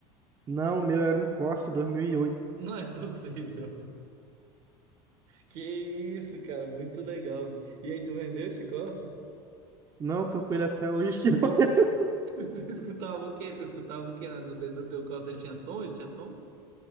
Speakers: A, on the right; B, on the right.
A: Não, o meu era um Corsa dois mil e oito
B: Não é possível. <laughs> Que isso, cara, muito legal. E aí, tu vendeu esse Corsa?
A: Não, tô com ele até hoje. <laughs>
B: Tu, <laughs> tu escutava o quê? Tu escutava o quê? né? No dentro do teu Corsa ele tinha som? Ele tinha som?